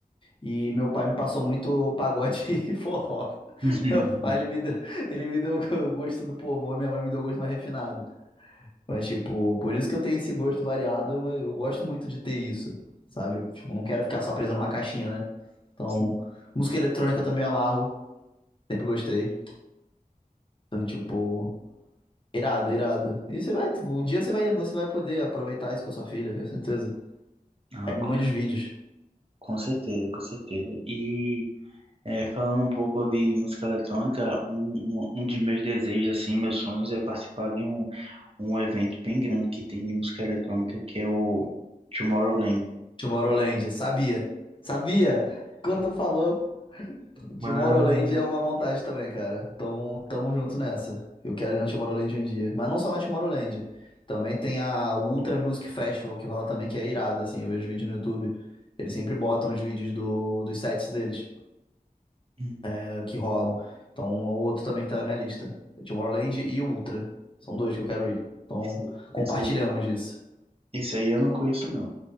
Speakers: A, on the left; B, on the right.
A: E meu pai me passou muito pagode <laughs> e forró.
B: <laughs>
A: Meu pai, ele me deu, ele me deu o gosto do povão e minha mãe me deu o gosto mais refinado. Mas, tipo, por isso que eu tenho esse gosto variado, mas eu gosto muito de ter isso, sabe? Tipo, não quero ficar só preso numa caixinha, né? Então,
B: Sim.
A: música eletrônica também me amarro, sempre gostei. Então, tipo, irado, irado. E você vai, o dia você vai, você vai poder aproveitar isso com a sua filha, tenho certeza.
B: Ah,
A: Aí me
B: com,
A: mande
B: cer-
A: os vídeos.
B: com certeza, com certeza. E É, falando um pouco de música eletrônica, um, um, um dos meus desejos, assim, meus sonhos é participar de um, um evento bem grande que tem de música eletrônica, que é o Tomorrowland.
A: Tomorrowland, sabia, sabia? Quando tu falou,
B: Mas
A: Tomorrowland é uma vontade também, cara. Então, tamo junto nessa. Eu quero ir na Tomorrowland um dia. Mas não só na Tomorrowland. Também tem a Ultra Music Festival, que rola também, que é irado, assim. Eu vejo vídeo no YouTube. Eles sempre botam os vídeos do, dos sets deles,
B: Hum,
A: é, que rolam. Então, é o outro também que tá na minha lista. É Tomorrowland e o Ultra. São dois que eu quero ir. Então,
B: Isso,
A: compartilhamos
B: isso aí,
A: disso.
B: isso aí eu não conheço, não.